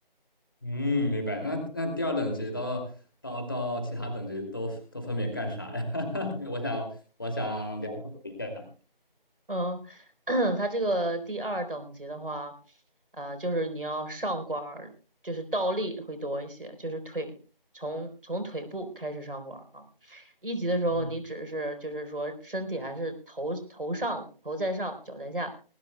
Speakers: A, on the left; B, on the right.
A: 嗯，明白。那那第二等级到到到其他等级都都分别干啥呀？<laughs> 因为我想我想了解一下。
B: 嗯，<clears throat> 它这个第二等级的话，呃，就是你要上管儿，就是倒立会多一些，就是腿从从腿部开始上管儿啊。一级的时候，
A: 嗯
B: 你只是就是说身体还是头头上头在上，脚在下，